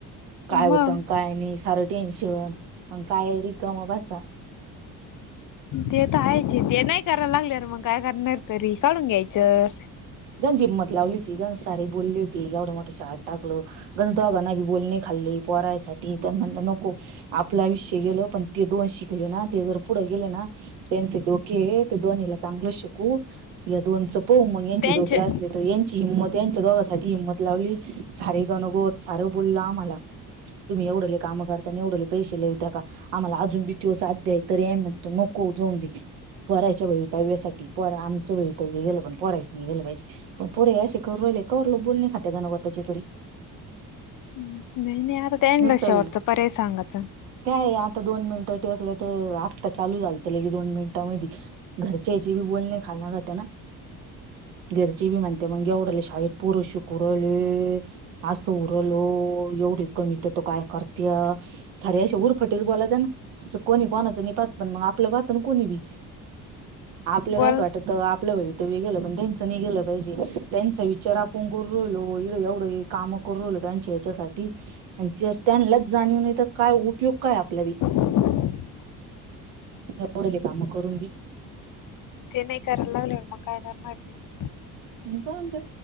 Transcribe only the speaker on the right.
काय होत
न काय नाही सारं टेन्शन अन काय रिकाम बसा
गणज हींमत लावली होती गण सारे बोलले होती एवढा शाळात टाकलं गंज दोघांन बी बोलणे खाले पोरायसाठी पण म्हणल नको आपलं आयुष्य गेल पण ते दोन शिकले ना, ते जर पुढे गेले ना, त्यांचे डोके ते दोन्हीला चांगलं शिकवू या दोनच पाहू मग यांचे
डोके असले तेत यांची हिंमत यांच्या दोघां साठी हिंमत लावली सारे गणं गोत सार बोललं आम्हाला. तुम्ही एवढेले काम करता आणि एवढेले पैसे लावीता का? आम्हाला अजून बी तोच आद्या आहे तरी म्हणतो नको जाऊन दे. पोरायच्या भवीतव्यासाठी. पोरा आमचं भवितव्य गेलं, पण पोरायच नाही गेलं पाहिजे. पण पोर हे असं करु राहिले, कवर लोक बोलणे खाता गनंगोताचे तर.
नुसतं
काय आता दोन मिनट टेकलतर, आत्ता चालू झालतं लगी दोन मिनिटांमधी. घरच्याचेबी बोलणे खाल न त्याना घरचे बी म्हणते ते मग एवढाले शाळेत पोर शिकू राहिले असं होऊ राहिल एवढी कमी ते तर काय करत्याल. सारे असे उर्फटे बोलायत अन. कोणी कोणाचं निपात पण मग आपलं पाहातण कोणी बी आपल्याला
अस वाटत आपलं भवितव्य गेलं पण त्यांच नाही गेलं पाहिजे त्यांचा विचार आपण करून राहिलो एवढं काम करू राहिलो त्यांच्या ह्याच्यासाठी. आणि जर त्यांनाच जाणीव नाही तर काय उपयोग काय आपला बी?
एवढाले काम करून बी
जाऊद्या